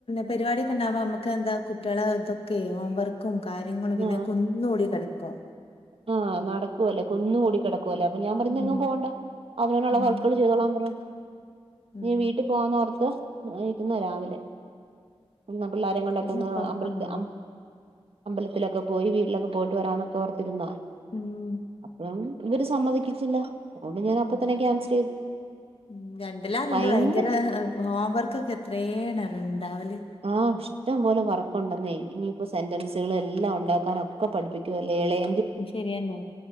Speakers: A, on the left (about 65°); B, on the right (about 70°).
A: പരിവാടിയൊക്കെണ്ടാവുമ്പോ നമക്കെന്താ കുട്ടികളെ ഇതൊക്കെ ഹോംവർക്കും കാര്യങ്ങളും പിന്നെ
B: ആഹ്
A: കു ന്നൂടി കടക്കും
B: ആഹ് നടക്കുവല്ലെ കുന്നു കൂടി കിടക്കുവല്ലോ അപ്പൊ ഞാൻ പറഞ്ഞു
A: ഉം
B: ഇഞെങ്ങും പോകണ്ട അവനോന്ള്ളത്
A: ഉം
B: അവക്കളോട് ചെയ്തോളാൻ പറ
A: ഉം
B: ഇനി വീട്ടി പോകാന്നോർത്തിരുന്നതാ രാവിലെ ഒന്ന് പിള്ളോരെയും കൊണ്ടക്കൊന്ന്
A: അതന്നെ ഇപ്പൊ
B: അമ്പലത്തിൽ
A: ആഹ്
B: അമ്പല ത്തിലൊക്കെ പോയി വീട്ടിലൊക്കെ പോയിട്ട് വരാന്നൊക്കോർത്തിരുന്ന
A: ഉംഹ്
B: അപ്പം ഇവര് സമ്മതിക്കിച്ചില്ല അതുകൊണ്ട് ഞാനപ്പ
A: ഉം
B: തന്നെ ക്യാൻസെലയ്തു
A: ഉം രണ്ടിലാരുണ്ട്
B: ഭയങ്കര
A: ഹോംവർക്കൊക്കെ എത്രേണറിയോ ഇണ്ടാവല്
B: ആ ഇഷ്ടം പോലെ വർക്കുണ്ടെന്നേ ഇനിയിപ്പോ സെന്റൻസുകളെല്ലാം ഉണ്ടാക്കാനൊക്കെ പഠിപ്പിക്കുവല്ലേ? എളയ
A: ശരിയന്നെ